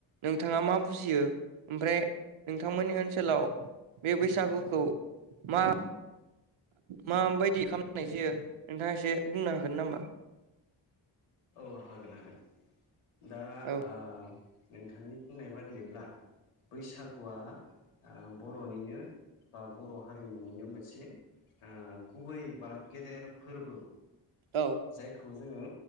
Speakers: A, on the right (about 75°); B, on the left (about 85°).
A: नोंथाङा मा बुजियो ओमफ्राय नोंथांमोननि ओनसोलाव बे बैसागुखौ मा माबायदि खामनाय जायो नोंथाङा एसे बुंनो हागोन नामा?
B: औ हागोन हागोन। दा
A: औ
B: आ नोंथांनि बुंनाय बादिब्ला बैसागुआ आह बर'निनो बा बर' हारिमुनिनो मोनसे ओ गुबै बा गेदेर फोरबो।
A: औ
B: जायखौ जोङो